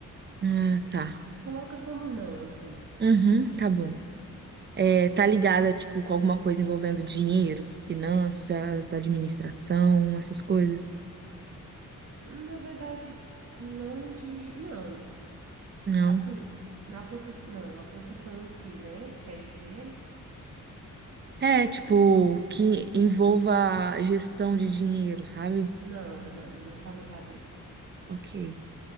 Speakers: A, on the right; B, on the right.
A: Ah, tá.
B: Coloca como não, assim.
A: Uhum, tá bom. é, tá ligada, tipo, com alguma coisa envolvendo dinheiro, finanças, administração, essas coisas?
B: Na verdade, não de. Não.
A: Não.
B: Assim, na profissão. Não, a profissão em si, né? Tu quer dizer?
A: É, tipo, que envolva gestão de dinheiro, sabe?
B: Não, não, não tá ligada a isso.
A: Ok.